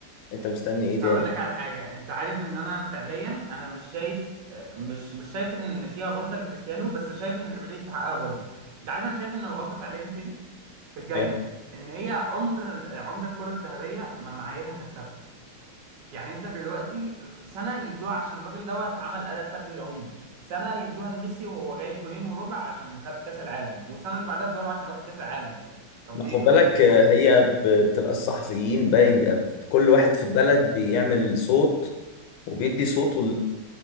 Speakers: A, on the left (about 85°); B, on the right (about 75°).
A: انت مستني ايه
B: هقول
A: تاني
B: لك على حاجة انت عارف ان انا فعليا انا مش شايف مش مش شايف ان فيها غلطة لكريستيانو بس شايف ان ريبيري يستحقها برضه انت عارف انا شايف ان الغلطة فعليا فين؟ في الجايزه
A: فاهم؟
B: ان هي عمر عمر الكره الذهبيه ما معاييرها كانت ثابته يعني انت دلوقتي في سنه يدوها عشان الراجل دوت عمل اداء فردي رهيب سنه يدوها لميسي وهو جايب جونين وربع عشان خد كاس العالم والسنه اللي بعدها ادوها له عشان واخد كاس العالم فاهم طب
A: ما
B: ايه
A: خد بالك
B: طيب يعني
A: آه،
B: فاهم
A: هي ب... بتبقى الصحفيين باين بيبقى كل واحد في البلد بيعمل صوت وبيدي صوته